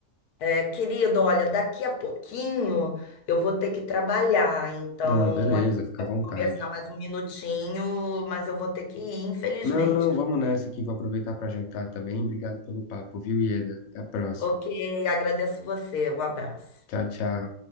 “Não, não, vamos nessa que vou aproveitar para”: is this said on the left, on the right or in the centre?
Left